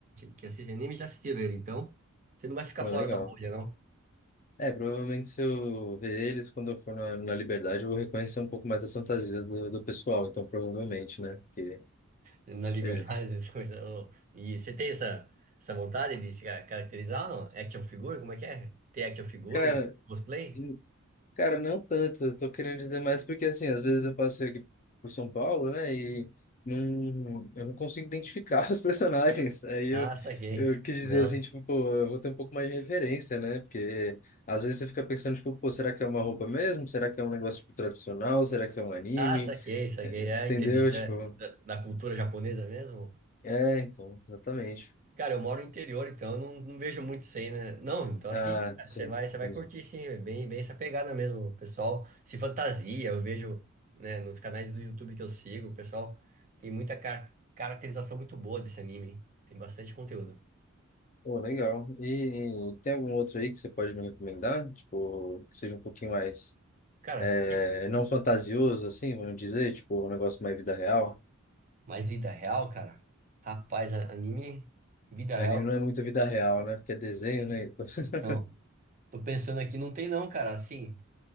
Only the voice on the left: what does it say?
Pô,
legal.
É, provavelmente se eu ver eles quando eu for na, na Liberdade, eu vou reconhecer um pouco mais as fantasias do, do pessoal, então provavelmente, né? Porque,
ele-
cara,
hum, cara, não tanto, eu tô querendo dizer mais porque, assim, às vezes eu passei aqui por São Paulo, né, e não, eu não consigo identificar <laughs> os personagens, aí eu,
eu quis dizer
assim, tipo, pô, eu vou ter um pouco mais de referência, né, porque às vezes você fica pensando, tipo, pô, será que é uma roupa mesmo? Será que é um negócio, tipo, tradicional? Será que é um anime?
É, Entendeu?
Tipo...
É, então, exatamente.
Ah,
sim,
entendi.
Pô, legal. E tem algum outro aí que você pode me recomendar? Tipo, que seja um pouquinho mais,
é, não fantasioso, assim, vamos dizer, tipo, um negócio mais vida real.
Anime
não é muito vida real, né? Porque é desenho, né? Então, <laughs>